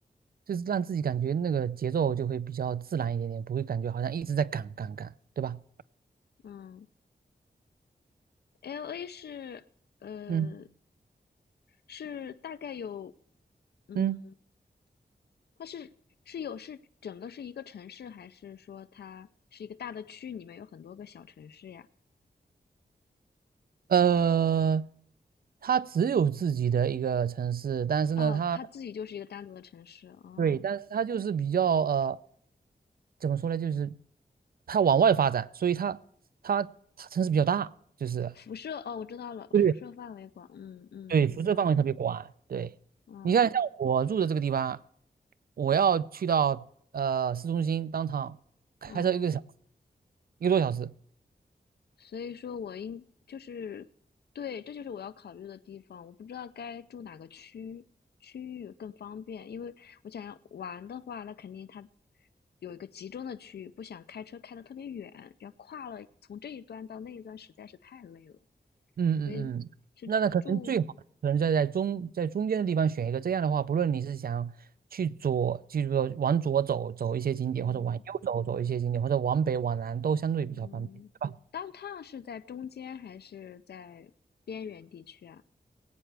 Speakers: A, on the right (about 60°); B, on the left (about 75°).
A: 就是让自己感觉那个节奏就会比较自然一点点，不会感觉好像一直在赶赶赶，对吧？
B: 嗯。LA 是呃
A: 嗯
B: 是大概有嗯，
A: 嗯，
B: 它是是有是整个是一个城市，还是说它是一个大的区，里面有很多个小城市呀？
A: 呃，它只有自己的一个城市，但是呢，
B: 哦，
A: 它
B: 它自己就是一个单独的城市哦。
A: 对，但是它就是比较呃。怎么说呢，就是它往外发展，所以它它它城市比较大，就是
B: 辐射哦，我知道了，
A: 对
B: 辐射范围广，嗯嗯，
A: 对，
B: 明白了，
A: 辐射范围特别广。对，
B: 嗯
A: 你看像我住的这个地方，我要去到呃市中心当场开车一个小时，
B: 嗯。
A: 一个多小时。
B: 所以说我应就是，对，这就是我要考虑的地方。我不知道该住哪个区区域更方便，因为我想要玩的话，那肯定它有一个集中的区域，不想开车开得特别远，要跨了从这一端到那一端实在是太累了。
A: 嗯嗯嗯，
B: 所以是住，
A: 那那可能最好可能在在中在中间的地方选一个，这样的话，不论你是想去左，就是说往左走走一些景点，
B: 嗯
A: 或者往右走走一些景点，或者往北往南，都相对比较方便。
B: 嗯当趟是在中间还是在边缘地区啊？
A: 对吧？